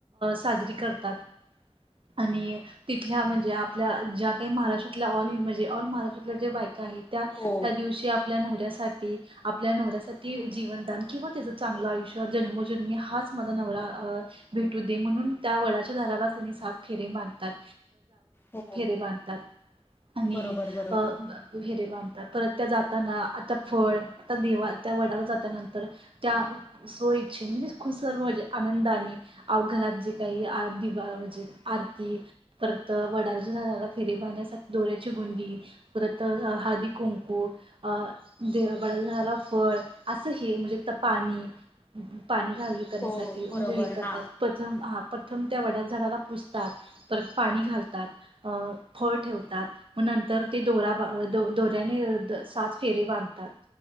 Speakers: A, on the right (about 55°); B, on the left (about 20°).
A: साजरी करतात. आणि तिथल्या म्हणजे आपल्या ज्या काही महाराष्ट्रातल्या ऑल इ म्हणजे ऑल महाराष्ट्रातल्या जे बायक आहेत. त्या
B: हो
A: त्या दिवशी आपल्या नवऱ्यासाठी आपल्या नवऱ्यासाठी जीवनदान किंवा त्याचं चांगलं आयुष्य जन्मोजन्मी हाच माझा नवरा. भेटू दे म्हणून त्या वडाच्या दाराला त्यांनी सापखेरे मानतात.
B: हो
A: फेरे बांधतात आणि
B: बरोबर बरोबर
A: हरे बांधतात परत त्या जाताना आता. फळ आता देवा त्या वडावर जातानंतर त्या सो इच्छ म्हणजे खु सर्वजे आनंदाने अ घरात जे काही दिवा म्हणजे आरती परत वडाच्या झाडाला फेरी बांधण्यासाठी दोऱ्याची गुंडी पुरत हळदी कुंकु अ दे वड्या झाडाला फळ असं हे म्हणजे तर पाणी पाणी घावी करण्यासाठी
B: हो
A: म्हणजे
B: बरोबर
A: हे करतात
B: हा
A: प्रथम हा प्रथम त्या वड्यात झाडाला पुजतात. परत पाणी घालतात अ फळ ठेवतात. मग नंतर ते दोरा दोऱ्याने सात फेरे बांध.